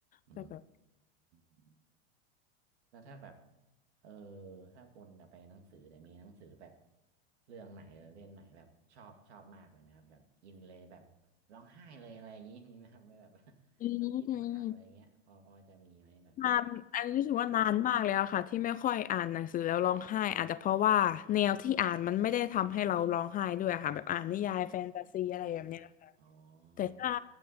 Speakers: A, on the right; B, on the left.
A: อื
B: แบบแบบ
A: ม แล้วถ้าแบบเออถ้าวนกลับไปหนังสือแต่ยมีหนังสือแบบเรื่องไหนหรือเล่มไหนแบบชอบชอบมากเลยไหมครับแบบอินเลยแบบร้องไห้เลยอะไรอย่างนี้ <laughs> มีไหมครับแบบ <laughs>
B: อืม
A: แบบอินมากอะไรอย่างเงี้ยพอพอจะมีไหมแบบพอจำชื่อ
B: นานอันนี้รู้สึกว่านานมากแล้วค่ะที่ไม่ค่อยอ่านหนังสือแล้วร้องไห้อาจจะเพราะว่าแนวที่อ่านมันไม่ได้ทำให้เราร้องไห้ด้วยค่ะแบบอ่านนิยายแฟนตาซีอะไรแบบเนี้ยค่ะ
A: อ๋ออ๋อ
B: แต่ถ้า